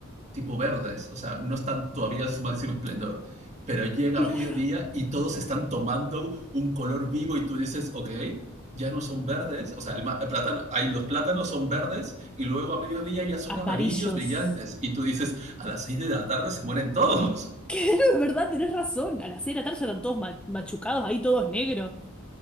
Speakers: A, on the right; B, in the centre.
A: tipo verdes, o sea, no están todavía en su máximo esplendor, pero llega
B: Claro.
A: mediodía y todos están tomando un color vivo y tú dices, ok, ya no son verdes, o sea, el, el plátano, los plátanos son verdes y luego a mediodía ya son
B: amarillos.
A: amarillos brillantes
B: <laughs>
A: y tú dices, a las 6 de la tarde se mueren todos.
B: Que no, es verdad, tenés razón. A las seis de la tarde ya están todos ma- machucados, ahí todos negros.